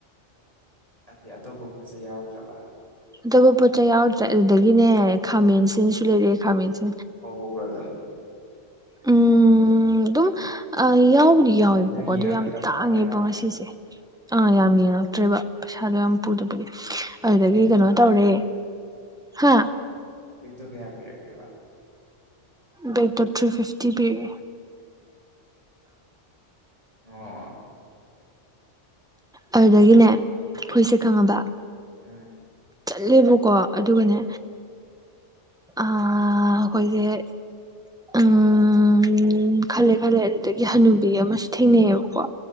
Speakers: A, on the right; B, in the centre.
A: ꯑꯇꯦ ꯑꯇꯣꯞꯄ ꯄꯣꯠꯆꯩ ꯌꯥꯎꯔꯛꯇ꯭ꯔꯕꯥ ꯍꯥꯏꯕ
B: ꯑꯇꯣꯞꯄ ꯄꯣꯠ ꯆꯩ ꯌꯥꯎꯔꯛꯇ꯭ꯔꯦ ꯑꯗꯨꯗꯒꯤꯅꯦ ꯈꯥꯃꯦꯟꯁꯤꯟꯁꯨ ꯂꯩꯔꯛꯑꯦ ꯈꯥꯃꯦꯟꯁꯤ
A: ꯄꯧꯕ꯭ꯔꯥ ꯑꯗꯨꯝ
B: ꯎꯝ ꯑꯗꯨꯝ ꯑꯥ ꯌꯥꯎꯕꯗꯤ ꯌꯥꯎꯋꯦꯕꯀꯣ
A: ꯅꯪ ꯌꯦꯡꯉꯛꯇ꯭ꯔꯕ
B: ꯑꯗꯨ ꯌꯥꯝ ꯇꯥꯡꯉꯦꯕ
A: ꯍꯥꯏꯕ ꯌꯥꯝꯅ
B: ꯉꯁꯤꯁꯦ ꯑꯥ ꯌꯥꯝ ꯌꯦꯡꯉꯛꯇ꯭ꯔꯦꯕ ꯄꯩꯁꯥꯗꯣ ꯌꯥꯝ ꯄꯨꯗꯕꯒꯤ ꯑꯗꯒꯤ
A: ꯕꯦꯛꯇꯣ
B: ꯀꯩꯅꯣ
A: ꯀꯌꯥ
B: ꯇꯧꯔꯦ
A: ꯇꯥꯔꯛꯀꯦ
B: ꯍꯥ
A: ꯕꯦꯛꯇꯣ ꯀꯌꯥ ꯄꯤꯔꯛꯀꯦꯕ
B: ꯕꯦꯛꯇꯣ ꯊ꯭ꯔꯤ ꯐꯤꯐꯇꯤ ꯄꯤꯔꯛꯑꯦ
A: ꯑꯣ
B: ꯑꯗꯨꯗꯒꯤꯅꯦ ꯐꯨꯔꯤꯠꯁꯦ ꯈꯪꯉꯕ
A: ꯎꯝ
B: ꯆꯠꯂꯦꯕꯀꯣ ꯑꯗꯨꯒꯅꯦ ꯑꯥ ꯑꯩꯈꯣꯏꯖꯦ ꯎꯝ ꯈꯜꯂꯦ ꯈꯜꯂꯦ ꯑꯗꯨꯗꯒꯤ ꯍꯟꯅꯨꯕꯤ ꯑꯃꯁꯨ ꯊꯦꯡꯅꯩꯌꯦꯕꯀꯣ